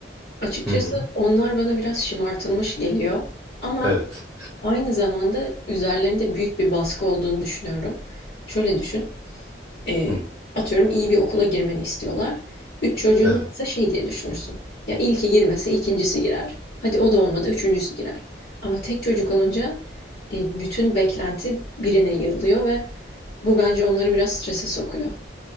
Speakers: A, on the left; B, in the centre.
A: Açıkçası
B: Hı hı.
A: onlar bana biraz şımartılmış geliyor. Ama
B: Evet.
A: aynı zamanda üzerlerinde büyük bir baskı olduğunu düşünüyorum. Şöyle düşün. E,
B: Hı.
A: atıyorum iyi bir okula girmeni istiyorlar. Üç çocuğun
B: Evet.
A: varsa şey diye düşünürsün. Ya ilki girmese ikincisi girer. Hadi o da olmadı üçüncüsü girer. Ama tek çocuk olunca e, bütün beklenti birine yığılıyor ve bu bence onları biraz strese sokuyor.